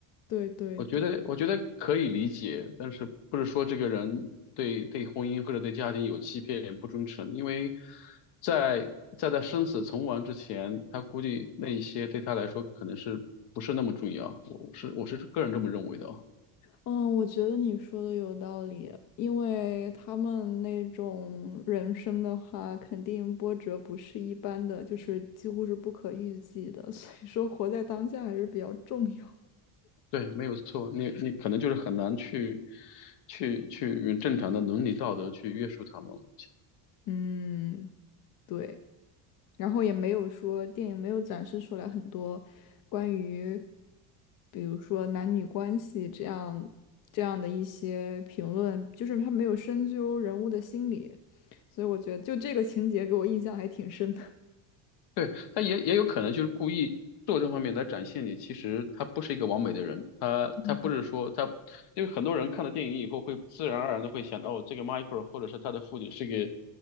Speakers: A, on the left; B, on the left.
A: 对对对。
B: 我觉得我觉得可以理解，但是不是说这个人对对婚姻或者对家庭有欺骗不忠诚，因为在在他生死存亡之前，他估计那一些对他来说可能是不是那么重要。我我是我是个人这么认为的啊。
A: 嗯，我觉得你说的有道理，因为他们那种人生的话，肯定波折不是一般的，就是几乎是不可预计的，<laughs> 所以说活在当下还是比较重要。
B: 对，没有错，你你可能就是很难去去去用正常的伦理道德去约束他们了。
A: 嗯，对。然后也没有说电影没有展示出来很多关于，比如说男女关系这样这样的一些评论，就是他没有深究人物的心理，所以我觉得就这个情节给我印象还挺深的。
B: 对，他也也有可能就是故意做这方面来展现你，其实他不是一个完美的人，他他不是说他，
A: <laughs>
B: 因为很多人看了电影以后会自然而然的会想，哦，这个 Michael 或者是他的父亲是个